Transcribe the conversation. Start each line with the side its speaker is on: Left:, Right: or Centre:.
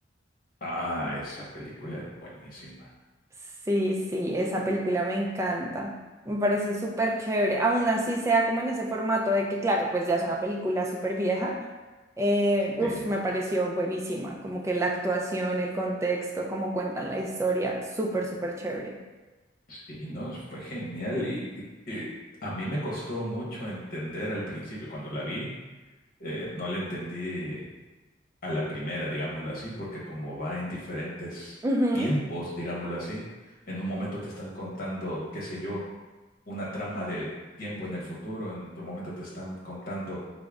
Left: Ah, esa película es buenísima.
Right: Sí, sí, esa película me encanta. Me parece súper chévere. Aún así sea como en ese formato de que, claro, pues ya es una película súper vieja. eh, uf,
Left: Sí,
Right: me pareció buenísima. Como que la actuación, el contexto, cómo cuentan la historia, súper, súper chévere.
Left: sí, no, fue genial y, y- y a mí me costó mucho entender al principio cuando la vi. eh, no le entendí a la primera, digámoslo así, porque como va en diferentes
Right: Ujú,
Left: tiempos, digámoslo así, en un momento te están contando, qué sé yo, una trama de tiempo en el futuro, en otro momento te están contando